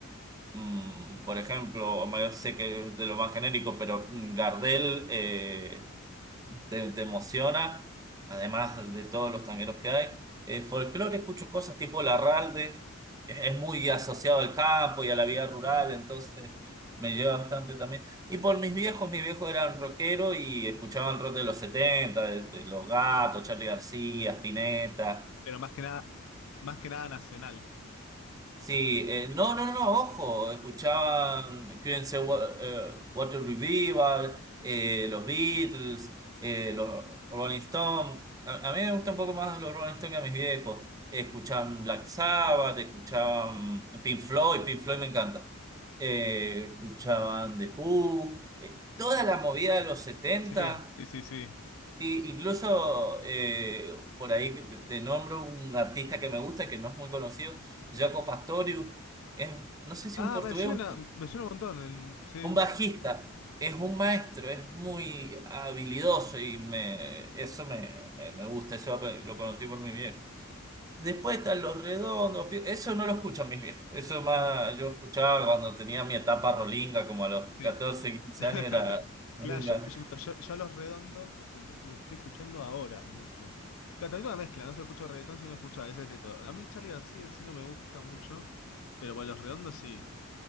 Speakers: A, on the right; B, on the left.
A: Mm, por ejemplo, Omar, sé que es de lo más genérico, pero mm, Gardel eh, te, te emociona, además de todos los tangueros que hay. Eh, folclore escucho cosas tipo Larralde, es, es muy asociado al campo y a la vida rural,
B: sí.
A: entonces me lleva bastante también. Y por mis viejos, mis viejos eran rockeros y escuchaban rock de los 70, de, de Los Gatos, Charly García, Spinetta,
B: pero más que nada, más que nada nacional.
A: Sí,
B: Es-
A: eh, no, no, no, no, ojo, escuchaba, mm, Queen's Wa- eh, Water Revival, eh, los Beatles, eh, los Rolling Stones. A, a mí me gusta un poco más los Rolling Stones que a mis viejos. Escuchaban Black Sabbath, escuchaban Pink Floyd, Pink Floyd me encanta. Eh, escuchaban The Who, eh, toda la movida de los setenta
B: Sí, sí, sí, sí.
A: Sí, incluso eh, por ahí que te, te nombro un artista que me gusta, que no es muy conocido, Jaco Pastorius, es, no sé si
B: Ah,
A: un portugués,
B: me suena,
A: un,
B: me suena un montón. el- sí.
A: un bajista, es un maestro, es muy habilidoso y me, eso me, me, me gusta, eso lo conocí por mi viejo. Después están Los Redondos, Pi- eso no lo escuchan mis viejos, eso más
B: Mm,
A: yo escuchaba cuando tenía mi etapa rolinga, como a los
B: sí.
A: 14 15
B: <laughs>
A: años era rolinga.
B: Claro, yo, yo- bueno, yo- yo a los redondos los, empe- los estoy escuchando ahora mucho. Claro, también una mezcla, no se escucha reggaetón, sino escucho a veces de todo. A mí Charlie García en sí no me gusta mucho, pero bueno, los redondos sí.